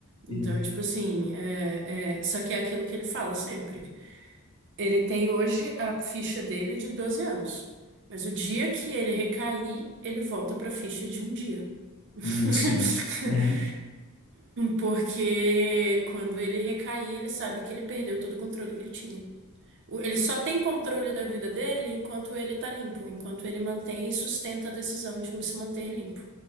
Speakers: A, on the right; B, on the left.
A: Então,
B: Uhum.
A: tipo assim, é, é, só que é aquilo que ele fala sempre. Ele tem hoje a ficha dele de 12 anos. Mas o dia que ele recair, ele volta para a ficha de um dia. <laughs>
B: Uhum. Sim. Uhum.
A: Porque quando ele recair, ele sabe que ele perdeu todo o controle que ele tinha. O- Ele só tem controle da vida dele enquanto ele tá limpo, enquanto ele mantém e sustenta a decisão de se manter limpo.